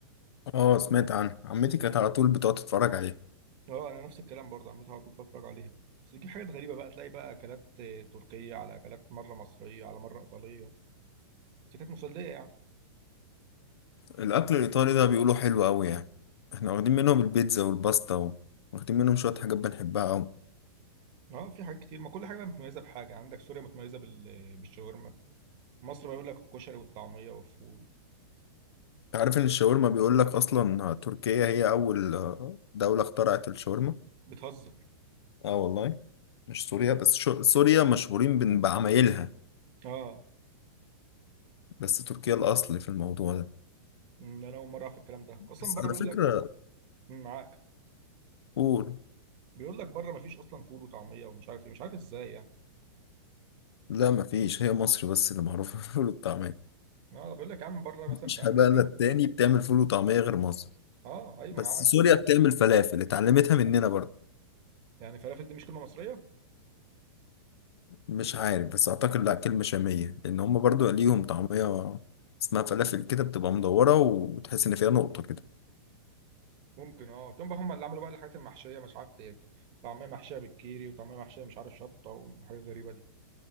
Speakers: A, on the left (about 75°); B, on the right (about 40°).
A: اه سمعت عنها عمتي كانت على طول بتقعد تتفرج عليها
B: اه انا نفس الكلام برضو عمتها على طول بتفرج عليها بس بتجيب حاجات غريبه بقى تلاقي بقى اكلات آه، تركيه على اكلات مره مصريه على مره ايطاليه بس كانت مسليه يعني
A: الأكل الإيطالي ده بيقولوا حلو أوي يعني احنا واخدين منهم البيتزا والباستا و- واخدين منهم شوية حاجات بنحبها أوي
B: اه في حاجات كتير ما كل حاجه بقى متميزه بحاجه عندك سوريا متميزه بال- بالشاورما مصر بيقول لك الكشري والطعميه والفول
A: انت عارف إن الشاورما بيقول لك أصلا تركيا هي أول آه، دولة اخترعت الشاورما
B: بتهزر
A: اه والله مش سوريا بس شو... سوريا مشهورين بن- بعمايلها
B: اه
A: بس تركيا الأصل في الموضوع ده
B: أمم، انا اول مره اعرف الكلام ده اصلا
A: بس
B: بره
A: على
B: بيقول
A: فكرة
B: لك أمم، معاك
A: قول
B: بيقول لك بره مفيش اصلا فول وطعميه ومش عارف ايه مش عارف ازاي يعني
A: لا مفيش هي مصر بس اللي معروفة <laughs> بالفول والطعمية
B: اه بيقول لك يا عم بره مثلا
A: مفيش
B: في امريكا
A: بلد تاني بتعمل فول وطعمية غير مصر
B: اه ايوه
A: بس
B: ما انا عارف
A: سوريا بتعمل فلافل اتعلمتها مننا برضه
B: يعني فلافل دي مش كلمه مصريه
A: مش عارف بس اعتقد لا كلمة شامية لان هم برضو ليهم طعمية اسمها فلافل كده بتبقى مدورة وتحس ان فيها نقطة كده
B: ممكن اه تقوم بقى هم اللي عملوا بقى الحاجات المحشيه مش عارف إيه. طعميه محشيه بالكيري وطعميه محشيه مش عارف شطه وحاجات غريبه دي